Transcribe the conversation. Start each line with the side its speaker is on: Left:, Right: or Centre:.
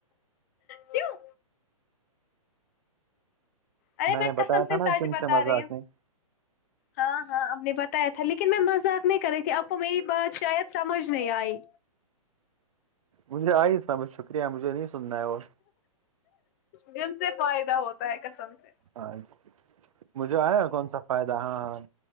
Left: کیوں ارے میں
Right: نے
Left: کسم
Right: بتایا
Left: سے
Right: تھا نا
Left: سج
Right: جم
Left: بتا
Right: سے مذاق
Left: رہی ہوں
Right: نہیں
Left: ہاں ہاں آپ نے بتایا تھا لیکن میں مذاق نہیں کر رہی تھی آپ کو میری بات شاید سمجھ نہیں آئی
Right: مجھےئی صا ب شکریہ مجھے سننا ہے اور
Left: جن سے فائدہ ہوتا ہے کسم سے
Right: ہاں مجھے آیا کون سا فائدہ ہاں ہاں